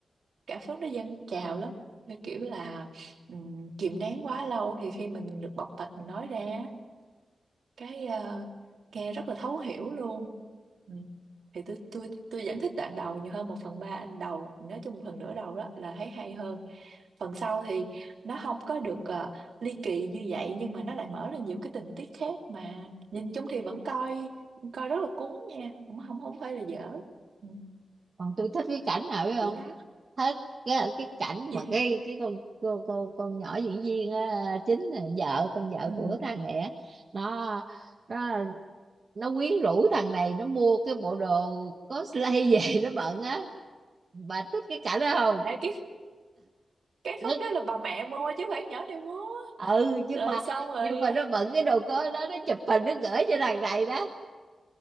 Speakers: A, on the right (about 80°); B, on the right (about 50°).
A: cảm xúc nó dâng trào lắm Như kiểu là ừm, kìm nén quá lâu thì khi mà mình được bộc bạch mình nói ra cái ờ, nghe rất là thấu hiểu luôn ừ. thì tôi tôi tôi vẫn thích đoạn đầu nhiều hơn một phần ba đầu nói chung một phần nửa đầu đó là thấy hay hơn phần sau thì nó không có được ờ, ly kỳ như vậy nhưng mà nó lại mở ra nhiều cái tình tiết khác mà nhìn chung thì vẫn coi coi rất là cuốn nha không không không phải là dở ừ.
B: còn tôi thích cái cảnh nào biết
A: vậy
B: không
A: đó
B: thích cái cái cảnh
A: gì
B: mà cái cái con cô cô con nhỏ diễn viên á, chính là vợ con vợ
A: ừ.
B: của thằng này á, nó nó nó quyến rũ thằng này nó mua cái bộ đồ cosplay về nó bận á bà thích cái cảnh đó không
A: Ê, cái cái
B: Nó-
A: khúc đó là bà mẹ mua chứ không phải nhỏ này mua
B: ừ nhưng
A: rồi
B: mà
A: xong rồi
B: nhưng mà nó bận cái đồ có đó nó chụp hình nó gửi cho thằng này đó